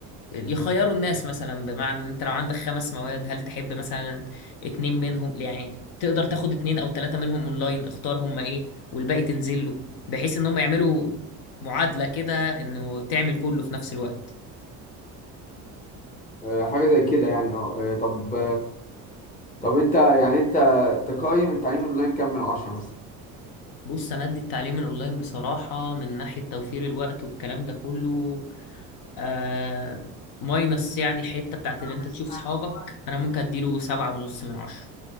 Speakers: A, on the left; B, on the left.
A: يخيروا الناس مثلا بمعنى إن أنت لو عندك خمس مواد هل تحب مثلا اتنين منهم يعني تقدر تاخد اتنين أو تلاتة منهم أونلاين اختار هما إيه والباقي تنزل له بحيث إن هم يعملوا معادلة كده إنه تعمل كله في نفس الوقت
B: آه، حاجه زي كده يعني اه آه، طب طب انت يعني انت تقيم التعليم الاونلاين كام من عشرة
A: بص أنا أدي التعليم الأونلاين بصراحة من ناحية توفير الوقت والكلام ده كله آه ماينس يعني حتة بتاعت
B: مثلا
A: إن أنت تشوف صحابك أنا ممكن أديله سبعة ونص من عشرة